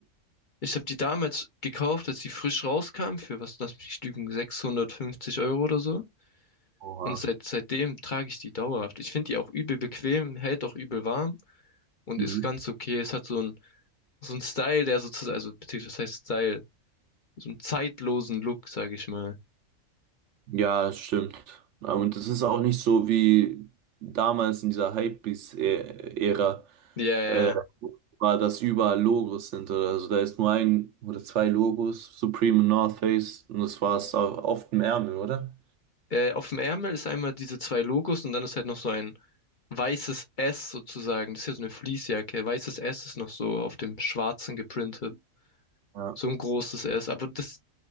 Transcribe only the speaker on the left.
Ich habe die damals gekauft, als sie frisch rauskam, für was, lass mich nicht lügen, 650 Euro oder so.
Und seit, seitdem trage ich die dauerhaft. Ich finde die auch übel bequem, hält auch übel warm und
ist ganz okay. Es hat so ein, so ein Style, der sozusagen, also, beziehungsweise, was heißt Style? so einen zeitlosen Look, sage ich mal.
Ja, ja.
Äh, auf dem Ärmel ist einmal diese zwei Logos und dann ist halt noch so ein weißes S sozusagen. Das ist ja so eine Fleecejacke. Weißes S ist noch so auf dem Schwarzen geprintet.
So ein großes S. Aber das,